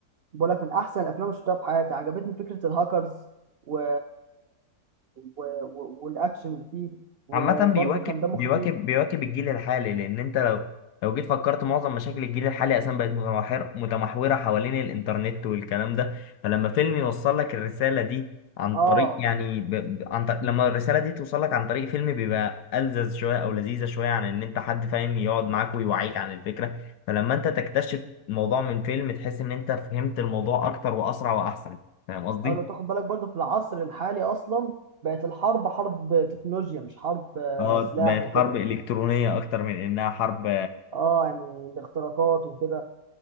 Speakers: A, on the right; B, on the left.
A: بقول لك من احسن الافلام اللي شفتها في حياتي عجبتني فكره الهاكرز و... و... و... والاكشن اللي فيه وبرضه
B: عامة بيواكب
A: كان
B: بيواكب
A: دمه خفيف
B: بيواكب الجيل الحالي لأن أنت لو لو جيت فكرت معظم مشاكل الجيل الحالي أساسا بقت متمحور متمحورة حوالين الإنترنت والكلام ده فلما فيلم يوصل لك الرسالة دي عن
A: اه
B: طريق يعني ب... ب- عن طريق... لما الرسالة دي توصل لك عن طريق فيلم بيبقى ألذذ شوية أو لذيذة شوية عن إن أنت حد فاهم يقعد معاك ويوعيك عن الفكرة فلما أنت تكتشف الموضوع من فيلم تحس إن أنت فهمت الموضوع أكتر وأسرع وأحسن فاهم قصدي؟
A: اه لو تاخد بالك برضه في العصر الحالي اصلا بقت الحرب حرب تكنولوجيا مش حرب آه،
B: اه
A: سلاح
B: بقت
A: وكده
B: حرب إلكترونية أكتر من إنها حرب
A: اه يعني الاختراقات وكده